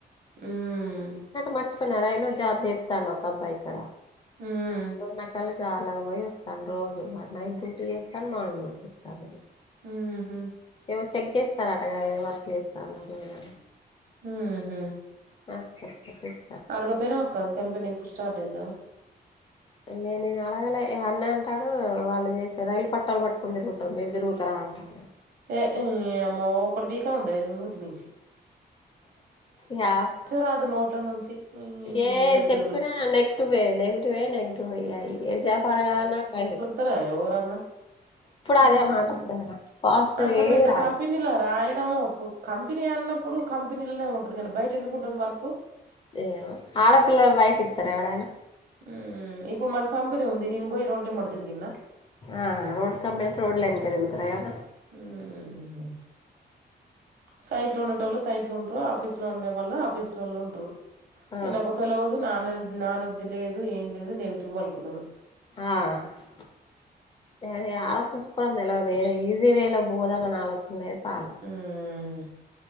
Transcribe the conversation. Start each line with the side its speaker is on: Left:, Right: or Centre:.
Right: ఉమ్
Left: మర్చిపోయిన రైల్వేజాబ్ జేత్తండు ఒక అబ్బాయి ఇక్కడ
Right: హ్మ్.
Left: నా కల సార్లాగ్ ఓయ్ వస్తాడు. రోజు మరి నైట్ డ్యూటీ ఎత్తడ్, మార్నింగ్ డ్యూటీ ఎత్తడ్.
Right: ఉహుహ్
Left: ఏవో చేగ్ జేస్తారటగా ఏ వర్క్ ఏస్తారో మేడమ్ అన్
Right: హుహ్
Left: నాకే పచ్చిస్
Right: అడగపోయినవ్ అక్క అది కంపెనీ ఇప్పుడు స్టార్ట్ అయిదో.
Left: క ఇగా నీన్ అడగలే అన్న అంటాడు వాళ్ళు జేసే రైలు పట్టాలు పట్టుకొని తిరుగుతారు. మీరు తిరుగుతారా అంటానా.
Right: ఏ ఈ అమ్మ ఒకటి బిక్కా ఉండే మూతిమీంచి
Left: యా
Right: రాదు నోట్ల నుంచి. ఈ
Left: ఏ
Right: దరిద్రుడు.
Left: చెప్పినా నెక్ టువే నెగటివే నెగటివే ఇగా జాపా అడగలనా ట్రయే
Right: తేరే ఓవర్ అన్నా. ఉహ్
Left: అదే మాట వత్తదిరా పాజిటివ్
Right: అంత
Left: ఏది
Right: పెద్ద
Left: రాదు
Right: కంపెనీలా రాయడప్పు. కంపెనీ అన్నప్పుడు కంపెనీలనే ఉంటది గానీ, బయట ఎందుకు ఉంటది వర్కు.
Left: ఏవో ఆడపిల్లక్ బయటి ఇతారా ఎవడైనా
Right: హుమ్మ్ ఇప్పుడు మాది కంపెని ఉంది. నేన్ బోయి రోడ్ల ఎంబడి దిరిగిన్న
Left: ఆ రోడ్ కంపెనీ అంటే రోడ్ల ఎనకా తిరుగుతరా ఏవన్నా.
Right: ఉహుహుహ్ సైట్ లో ఉండే టోళ్ళు సైట్లు ఉంట్రు, ఆఫీస్లో ఉండే వాళ్ళు ఆఫీస్ లలో ఉంట్రు.
Left: ఆ
Right: ఇన్నకు తెల్వదు నానే నాణెడ్జ్ లేదు ఏం లేదు నెగిటివ్ బలుకుతడు.
Left: ఆ ఆ అదే ఆలోచించ్ ఫర్ నేలగదేలే ఈజీ వేలోగ్ పోదాం అని ఆలోచన లేదు పాలేద్.
Right: ఉహ్మ్